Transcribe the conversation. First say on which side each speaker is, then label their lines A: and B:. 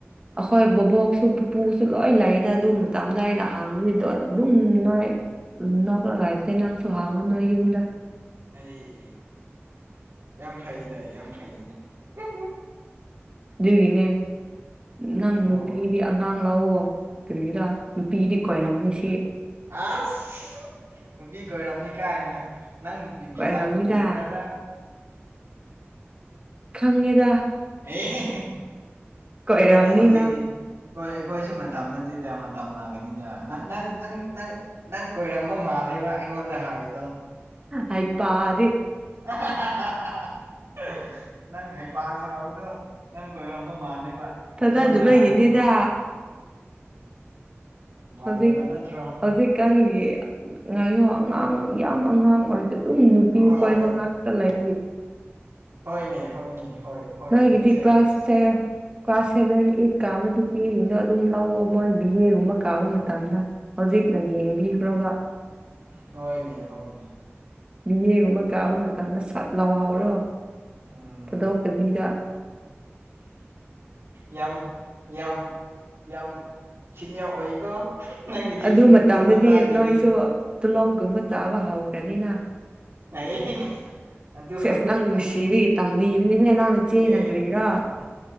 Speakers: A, on the right; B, on the right.
A: ꯑꯩꯈꯣꯏ ꯕꯣꯕꯣꯛꯁꯨ ꯄꯨꯄꯨꯁꯨ ꯂꯣꯏ ꯂꯩꯌꯦꯗ ꯑꯗꯨ ꯃꯇꯝꯗ ꯑꯩꯅ ꯍꯥꯡꯋꯤꯗꯣ ꯑꯗꯨꯝ ꯅꯣꯏ ꯎꯝ ꯅꯣꯛ꯭ꯔꯒ ꯍꯥꯏꯕꯗꯤ ꯅꯪꯁꯨ ꯍꯡꯉꯨ ꯅꯣꯏ ꯌꯨꯝꯗ
B: ꯑꯩ ꯌꯥꯝ ꯐꯩꯗ ꯌꯥꯝ ꯐꯩꯅꯦ <unintelligible>
A: ꯑꯗꯨꯒꯤꯅꯦ ꯅꯪ
B: ꯑꯣ
A: ꯅꯨꯄꯤꯗꯤ
B: ꯑꯣ
A: ꯑꯉꯥꯡ ꯂꯧꯑꯣ ꯀꯔꯤꯒꯤꯔꯥ ꯅꯨꯄꯤꯒꯤꯗꯤ ꯀꯣꯏꯔꯝꯅꯤ ꯁꯤ
B: ꯑꯁ ꯅꯨꯄꯤ ꯀꯣꯏꯔꯝꯅꯤ ꯀꯥꯏꯅ ꯅꯪꯒꯤ ꯕꯤꯖꯥꯠ
A: ꯀꯣꯏꯔꯝꯅꯤꯗ
B: ꯕꯤꯖꯟꯅꯔ ꯔ
A: ꯈꯪꯉꯦꯗ
B: ꯑꯦ ꯍꯦ ꯍꯦ
A: ꯀꯣꯏꯔꯝꯅꯤ
B: ꯅꯠꯇꯦꯗ ꯍꯧꯖꯤꯛꯗꯤ
A: ꯅꯪ
B: ꯍꯣꯏ ꯑꯩꯈꯣꯏꯁꯨ ꯃꯇꯝ ꯅꯠꯇꯦꯗ ꯃꯇꯝ ꯂꯥꯛꯀꯅꯤꯗ ꯅꯪ ꯅꯪ ꯅꯪ ꯅꯪ ꯀꯣꯏꯔꯝꯕ ꯃꯥꯜꯂꯦꯕ ꯑꯩꯉꯣꯟꯗ ꯍꯥꯏꯕꯗꯣ
A: ꯍꯩꯄꯥꯗꯤ
B: <unintelligible> ꯅꯪ ꯍꯩꯄꯥ ꯁꯥꯕꯗꯣ ꯅꯪ ꯀꯣꯏꯔꯝꯃꯣ ꯃꯥꯜꯂꯦ ꯃꯥ
A: ꯐꯖꯗꯕꯒꯤꯅꯦꯗ
B: ꯑꯩꯉꯣꯟꯗ ꯍꯥꯏꯕꯗꯣ ꯃꯥꯜꯂꯦꯕ
A: ꯍꯧꯖꯤꯛ
B: ꯅꯠꯇ꯭ꯔꯣ
A: ꯍꯧꯖꯤꯛꯀꯥꯟꯒꯤ ꯉꯥꯏꯌꯣ ꯑꯉꯥꯡ ꯌꯥꯝ ꯑꯉꯥꯡ ꯑꯣꯏ ꯑꯗꯨꯝ ꯅꯨꯄꯤ
B: ꯍꯣꯏ
A: ꯀꯣꯏꯕ ꯉꯥꯛꯇ ꯂꯩ
B: ꯍꯣꯏꯅꯦ ꯍꯣꯏꯅꯦ ꯍꯣꯏ
A: ꯅꯒꯗꯗꯤ
B: ꯆꯤꯆꯦ
A: ꯀ꯭ꯂ꯭ꯂꯥꯁꯦ ꯀ꯭ꯂꯥꯁ ꯁꯦꯚꯦꯟ ꯑꯩꯠ ꯀꯥꯕ ꯅꯨꯄꯤꯁꯤꯡꯗꯣ ꯑꯗꯨꯝ ꯂꯧꯑꯣ ꯃꯣꯏ ꯕꯤ ꯑꯦꯒꯨꯝꯕ ꯀꯥꯕ ꯃꯇꯝꯗ ꯍꯧꯖꯤꯛꯅ ꯌꯦꯡꯕꯤꯈ꯭ꯔꯣꯕ
B: ꯍꯅꯦ ꯍꯅꯦ
A: ꯌꯦꯌꯦꯡꯒꯨꯝꯕ ꯀꯥꯕ ꯃꯇꯝꯗ ꯁꯞ ꯂꯥꯎꯍꯥꯎꯔꯣ
B: ꯎꯝ
A: ꯊꯥꯗꯣꯛꯇꯕꯤꯗ
B: ꯌꯥꯝ ꯌꯥꯝ ꯌꯥꯝ ꯁꯤꯅꯤꯌꯔ ꯑꯣꯏꯀꯣ ꯅꯪꯒꯤꯗꯤꯁꯨ
A: ꯑꯗꯨ ꯃꯇꯝꯗꯗꯤ
B: ꯃꯇꯥꯡꯒꯤꯗꯤ
A: ꯅꯣꯏꯁꯨ ꯇꯣꯂꯣꯞꯀꯨꯝꯕ ꯆꯥꯕ ꯍꯧꯈ꯭ꯔꯅꯤꯅ
B: ꯑꯩ ꯑꯗꯨ
A: ꯁꯦꯁ ꯅꯪ ꯅꯨꯡꯁꯤꯕꯒꯤ
B: ꯑ ꯑꯦ
A: ꯇꯝꯕꯤꯕꯅꯤꯍꯦ ꯅꯪ ꯅꯆꯦꯅ
B: ꯑꯦ
A: ꯀꯔꯤꯔꯥ
B: ꯑꯦ